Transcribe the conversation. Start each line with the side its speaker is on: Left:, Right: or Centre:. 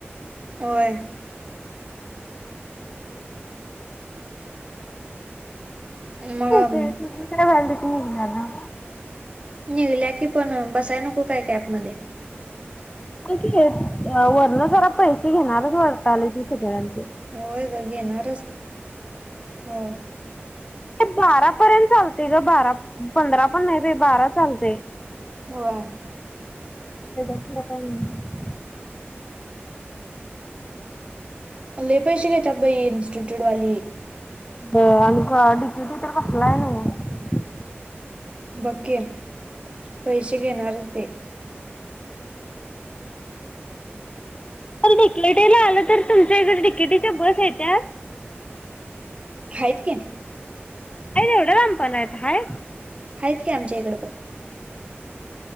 Right: होय. मग
Left: ते तुझी काय ब त निघणार ना.
Right: निघल्या की पण बसाय नको काय कॅबमध्येध्ये.
Left: वरण जरा पैसे घेणारच वारताले ती सगळ्यांचे
Right: होय होय गं घेणारचं हो
Left: ते बारा पर्यंत चालते गं बारा पंधरा पणं नाहीं ग बारा चालते
Right: हो
Left: गप का <unintelligible>
Right: लयं पैसे घेतात बाई इंस्टिट्यूट वाले
Left: आणि डिकीटी तरं बसलायं नां
Right: बघ की पैसे घेणारचं ते
Left: पणं तिकेटीला आलं तर तुमच्यां ईकडे तिकेटीच्या बसं येत्या
Right: आहेत की
Left: अ र एवढं रामपणा आहेता हय
Right: आहेत की आमच्या इकडे पणं